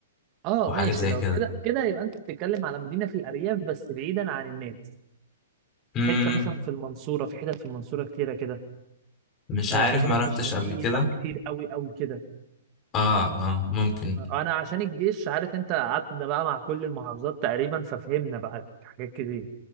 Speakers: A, on the right (about 35°); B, on the left (about 30°).
A: اه
B: وحاجات
A: ماشي
B: زي
A: لو
B: كده
A: كده كده يبقى انت بتتكلم على مدينه في الارياف بس بعيدا عن الناس
B: امم
A: حته مثلا في المنصوره في حتت في المنصوره كتيره كده
B: مش
A: آه
B: عارف
A: في حتت
B: ما رحتش
A: في الشرقيه
B: قبل كده
A: بقى كتير قوي قوي كده
B: اه اه ممكن
A: انا عشان الجيش عارف انت قعدنا بقى مع كل المحافظات تقريبا ففهمنا بقى حاجات كتير